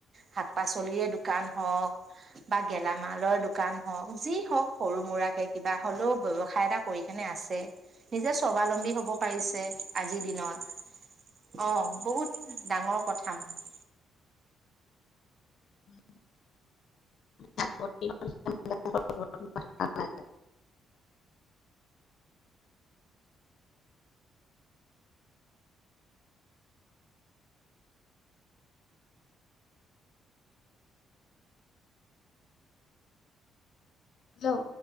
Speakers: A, on the right; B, on the left.
A: শাক পাচলিৰে দোকান হওক বা গেলামালৰ দোকান যি হওক সৰু ম'ৰাকে কিবা হ'লেও ব্যৱসায় এটা কৰি কেনে আছে। নিজে স্বাৱলম্বী হ'ব পাৰিছে আজিৰ দিনত। অ' বহুত ডাঙৰ কথা মানে।
B: <unintelligible> <unintelligible> হেল্ল'।